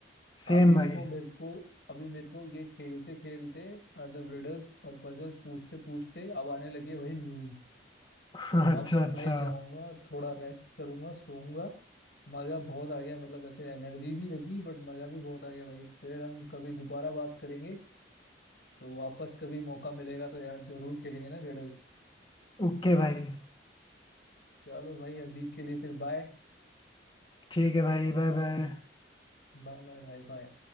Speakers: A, on the left; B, on the left.
A: अभी
B: सेम भाई
A: देखो मेरे को अभी मेरे को ये खेलते खेलते मतलब रिडल्स और पजल्स पूछते पूछते अब आने लगी है भाई नींद
B: <laughs>
A: तो
B: अच्छा
A: अब मैं
B: अच्छा
A: भाई जाऊंगा थोड़ा रेस्ट करूंगा सोऊंगा मजा बहुत आ गया मतलब ऐसे एनर्जी भी लगी बट मजा भी बहुत आ गया भाई फिर हम कभी दोबारा बात करेंगे तो वापस कभी मौका मिलेगा तो यार जरूर खेलेंगे ना रिडल्स
B: ओके भाई
A: चलो भाई अभी के लिए फिर बाय
B: ठीक है भाई बाय बाय
A: बाय बाय भाई बाय